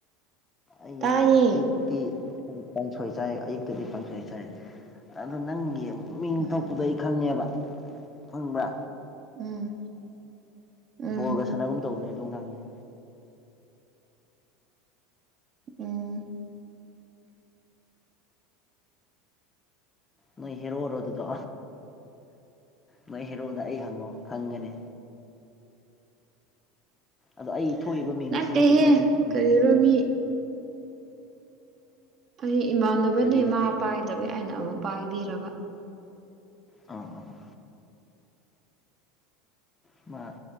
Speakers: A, on the left (about 20°); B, on the right (about 40°).
A: ꯑꯩ
B: ꯇꯥꯏꯌꯦ
A: ꯑꯌꯨꯛꯇꯤ ꯀꯥꯡꯁꯣꯏ ꯆꯥꯏ ꯑꯌꯨꯛꯇꯗꯤ ꯀꯥꯡꯁꯣꯏ ꯆꯥꯏ ꯑꯗꯨ ꯅꯪꯒꯤ ꯃꯤꯡ
B: ꯎꯝ
A: ꯊꯣꯛꯄꯗꯣ ꯑꯩ ꯈꯪꯉꯦꯕ ꯈꯪꯕ꯭ꯔꯥ
B: ꯎꯝ ꯎꯝ
A: ꯕꯣꯜꯒ ꯁꯥꯟꯅꯒꯨꯝ ꯇꯧꯕꯅꯦ ꯑꯗꯨꯝ ꯑꯉꯥꯡꯗꯣ
B: ꯎꯝ
A: ꯅꯣꯏ ꯍꯦꯔꯣꯔꯣ ꯑꯗꯨꯗꯣ ꯃꯣꯏ ꯍꯦꯔꯣꯗ ꯑꯩ ꯍꯪꯉꯣ ꯈꯪꯒꯅꯤ
B: <inaudible>
A: ꯑꯗꯣ ꯑꯩ ꯊꯣꯛꯏꯕ ꯃꯤꯡꯁꯤ
B: ꯅꯠꯇꯦꯍꯦ
A: ꯅꯠꯇꯦꯀꯣ ꯁꯤꯒꯤ
B: ꯀꯔꯤꯔꯣ
A: ꯃꯤꯡꯁꯤꯗꯤ ꯅꯠꯇꯦ
B: ꯃꯤ ꯑꯩ ꯏꯃꯥꯟꯅꯕꯅꯦ
A: ꯀꯔꯤꯗꯨꯗꯤ
B: ꯃꯥ ꯄꯥꯏꯗꯕ ꯑꯩꯅ ꯑꯃꯨꯛ ꯄꯥꯏꯕꯤꯔꯕ
A: ꯑꯥ ꯑꯥ ꯑꯥ ꯃꯥ